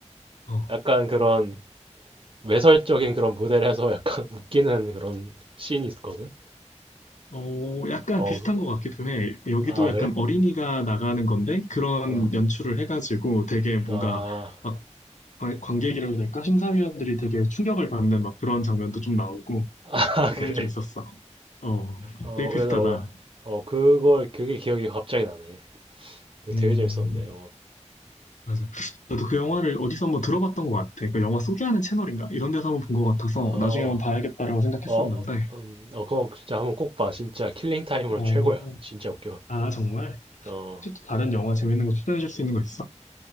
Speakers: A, on the left; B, on the right.
A: 어,
B: 약간 그런 외설적인 그런 무대를 해서 약간 <laughs> 웃기는 그런 씬이 있거든?
A: 어, 약간
B: 어,
A: 비슷한
B: 그-
A: 것 같기도 해. 여기도
B: 아,
A: 약간
B: 그래?
A: 어린이가 나가는 건데 그런
B: 어,
A: 연출을 해가지고 되게 뭔가
B: 어, 아,
A: 막 관- 관객이라고 해야 될까? 심사위원들이 되게 충격을 받는 막 그런 장면도 좀 나오고
B: <laughs> 아,
A: 그런
B: 그래.
A: 게 좀 있었어. 어,
B: 어,
A: 되게 비슷하다.
B: 그래서, 어, 나- 어, 그걸, 그게 기억이 갑자기 나네. 근데
A: 음,
B: 되게 재밌었는데, 어,
A: 맞아. 저도 그 영화를 어디서 한번 들어봤던 것 같아. 그 영화 소개하는 채널인가? 이런 데서 한번 본 것 같아서
B: 어,
A: 나중에 한번 봐야겠다라고 생각했었는데.
B: 어, 음, 어, 그거 진짜 한번 꼭 봐. 진짜 킬링타임으로
A: 어,
B: 최고야. 진짜 웃겨.
A: 아, 정말?
B: 어.
A: 혹시 또 다른 영화 재밌는 거 추천해 줄 수 있는 거 있어?